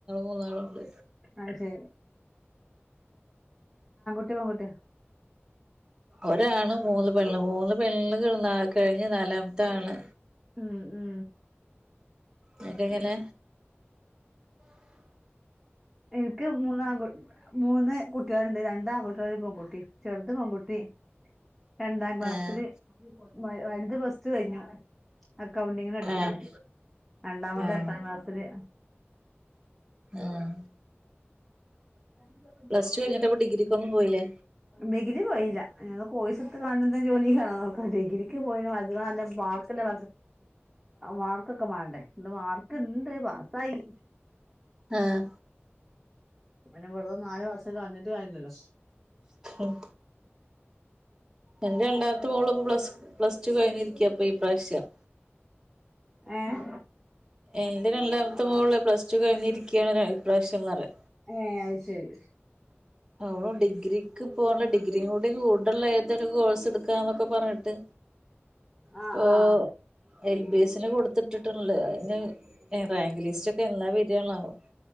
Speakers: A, on the right (about 15°); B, in the centre.
A: മൂന്നാളുണ്ട്
B: അത് ശരി <unintelligible> പെൺകുയാ
A: ഒരാണ് മൂന്ന് പെണ്ണ്. മൂന്ന് പെണ്ണുകൾ കഴിഞ്ഞ്. നാലാമത്തെ ആണ്
B: ഉം ഉം
A: ഇങ്ങക്കെങ്ങനെ
B: ഇനിക്ക് മൂന്ന് ആൺ... മൂന്ന് കുട്ടികളുണ്ട്. രണ്ട് ആൺകുട്ടികളും, ഒരു പെൺകുട്ടിയും. ചെറുത് പെൺകുട്ടി രണ്ടാം ക്ലാസ്സില്.
A: ആഹ്
B: വലുത് പ്ലസ്ടു കഴിഞ്ഞു. അക്കൗണ്ടിങ്ങിന് പഠിക്കാണ്.
A: ആഹ്
B: രണ്ടാമത്തെ
A: ആഹ്
B: എട്ടാം ക്ലാസ്സില്
A: ആഹ്
B: <inaudible>
A: പ്ലസ് ടു കഴിഞ്ഞിട്ടപ്പം ഡിഗ്രിക്കൊന്നും പോയിേല്ലേ
B: ഡിഗ്രി പോയില്ല. പിന്നെ കോഴ്സ് എടുത്ത് കാണുന്ന ജോലിയിൽ നോക്കണം ഡിഗ്രിക്ക് പോയാല് അധിക നല്ല പിന്നെ മാർക്കൊക്കെ മാണ്ടേ. മാർക്ക് ഇണ്ട് പാസ്സായി
A: ആഹ്
B: പിന്നെ വെറുതെ നാല് വർഷം കളഞ്ഞിട്ട് കാര്യല്ലല്ലോ.
A: ഉം എന്റെ രണ്ടാമത്തെ മോള് പ്ലസ്, പ്ലസ്ടു കഴിഞ്ഞിരിക്ക. ഇപ്പൊ ഈ പ്രാശ്യം
B: ഏഹ്
A: എന്റെ രണ്ടാമത്തെ മോള് പ്ലസ്ടു കഴിഞ്ഞിരിക്ക കാണിപ്രാവശ്യംന്ന് പറയ
B: ഏഹ് അത് ശരി
A: അവൾ ഡിഗ്രിക്ക് പോകണ്ട ഡിഗ്രി കൂടെ കൂടുള്ള അങനെത്തെ കോഴ്സ് എടുക്കാന്നൊക്കെ പറഞ്ഞിട്ട് ഇപ്പൊ
B: ആഹ് ആഹ്
A: എൽ ബി എസിന് കൊടുത്തിട്ടിട്ടുണ്ട്. അതിന് റാങ്ക് ലിസ്റ്റ് ഒക്കെ എന്നാ വരാന്നാവോ